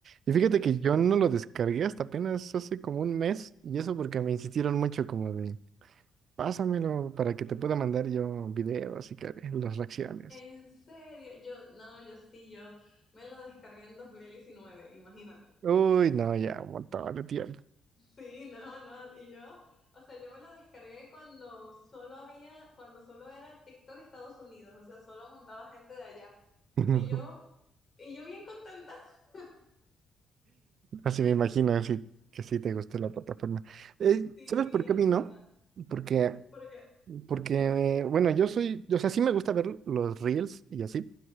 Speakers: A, on the right; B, on the left.
A: Y fíjate
B: Sí,
A: que
B: sí.
A: yo no lo descargué hasta apenas hace como un mes, y eso porque me insistieron mucho como de, pásamelo para que te pueda mandar yo videos y que ve las reacciones.
B: En serio, yo, no, yo sí, yo me lo descargué en 2019. imagínate.
A: Uy, no, ya, un montón de tiempo.
B: Sí, no, no. Y yo, o sea, yo me lo descargué cuando solo había, cuando solo era TikTok Estados Unidos, o sea, solo montaba gente de allá.
A: <laughs>
B: Y yo, y yo bien contenta. <laughs>
A: Así me imagino, así que sí te gustó la plataforma. Eh,
B: Sí,
A: ¿sabes por
B: a
A: qué a
B: mí
A: mí
B: me
A: no?
B: encanta.
A: Porque,
B: Porque
A: porque, bueno, yo soy, o sea, sí me gusta ver los reels y así,